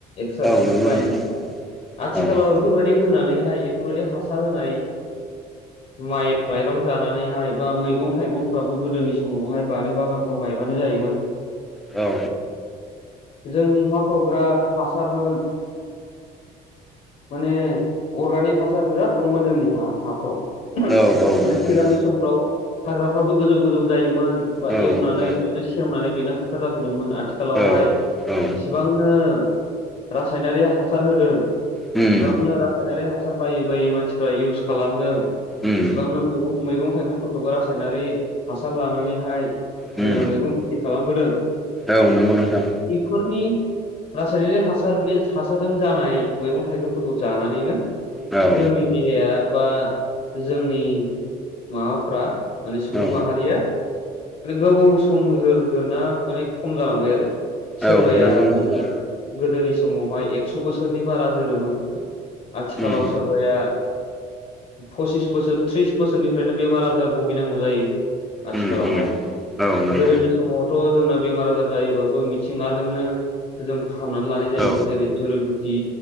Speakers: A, on the left; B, in the centre.
A: एक्सालफोरबायदि
B: औ नंगौ
A: बायनानैहाय
B: नोंथां
A: आथिखालाव
B: औ
A: बेफोरबायदि दै होनानैहाय बेफोरबायदि हासार होनाय। माइ माइरं जानानैहाय बा मैगं थाइगंफ्राबो गोदोनि समावहाय बारि बागानफ्राव गायबानो जायोमोन।
B: औ
A: जोंनि हा फ्राव बिराद हासारमोन। माने अर्गानिक हासार बिराद दंमोन जोंनि हा हाफ्राव।
B: औ औ
A: माने
B: औ नंगौ
A: सिगांनि समफ्राव हाग्राफ्राबो गोजौ गोजौ जायोमोन। बा
B: औ
A: एवनानै
B: औ
A: बेनो सेवनानै बेनो हासार जाफिनोमोन आथिखालावहाय
B: औ औ
A: जिसिबांनो रासायनारि हासार होदों।
B: उम
A: बेसेबांनो रासायनारि हासार बायै बायै मानसिफ्रा इउस खालामदों।
B: उम
A: इसेबांनो मैगं मैगं थाइगंफोरखौबो रासायनारि हासार लानानैहाय
B: उम
A: जोङो मैगं खेथि खालामबोदों।
B: औ नंगौ नोंथां।
A: फोरनि रासायनिक हासारनि हासारजों जानाय मैगं थाइगंफोरखौ जानानैनो।
B: औ
A: जोंनि देहाया बा जोंनि। माबाफ्रा माने सुबुं
B: औ
A: माहारिया। गोबाव सम जोरगोना माने खम जालांबाय आरो
B: औ
A: सोरबाया
B: नंगौ नोंथां
A: नोङो। गोदोनि समावहाय एकस' बोसोरनि बारा जोरोमोन आथिखालाव
B: उम
A: सोरबाया। पसिस बोसोर ट्रिस बोसोरनिफ्रायनो बेमार आजार भुगिनांगौ जायो आथिखालावहाय।
B: उम उम
A: गोदोनि
B: औ नंगौ
A: समावथ' जोंना बेमार आजार जायोबाबो मिथिंगाजोंनो जों। फाहामनानै लानाय जायोमोन
B: औ
A: जेरै जुरि गु दि